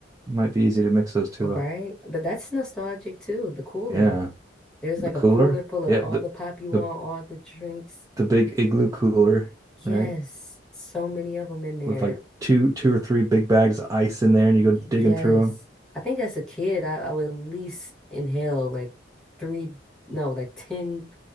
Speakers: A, on the right (about 20°); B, in the centre.
A: It might be easy to mix those two
B: right.
A: up.
B: But that's nostalgic too, the cooler.
A: Yeah.
B: There's
A: The
B: like
A: cooler?
B: a cooler full of
A: Yeah,
B: all
A: the
B: the pop you
A: the
B: want, all the drinks.
A: the big igloo cooler,
B: Yes,
A: right?
B: so many of them in there.
A: With like two two or three big bags of ice in there and you go
B: Yes.
A: digging through them.
B: I think as a kid, I, I would at least inhale like three, no, like 10